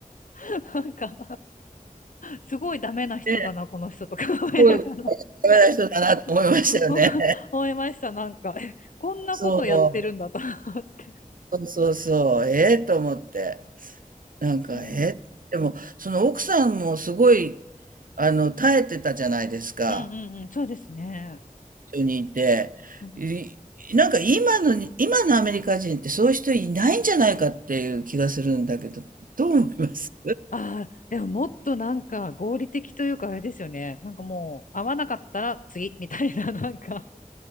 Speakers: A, on the left; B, on the right.
A: <laughs> なんかすごいダメな人だな、
B: ね、
A: この人とか思いながら
B: すごいダメな人だなと思いましたよね。
A: <laughs> 思いました。なんか、えこんなことやってるんだと思って。
B: そう、そうそうそう、ええと思って。なんか、
A: うん、
B: え、でも、その奥さんもすごい、あの、耐えてたじゃないですか、
A: うんうんうん、そうですね。
B: 一緒にいて。
A: うん
B: いなんか今のに、今のアメリカ人ってそういう人いないんじゃないかっていう気がするんだけど、どう思います
A: ああ、でももっとなんか合理的というかあれですよね。なんかもう合わなかったら次みたいな、なんか。